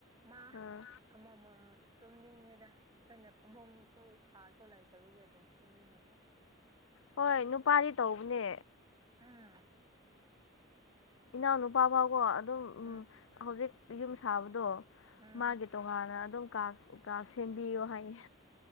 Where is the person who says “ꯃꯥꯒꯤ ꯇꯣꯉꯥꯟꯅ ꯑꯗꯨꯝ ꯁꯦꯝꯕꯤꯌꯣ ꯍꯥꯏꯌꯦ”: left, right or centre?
Left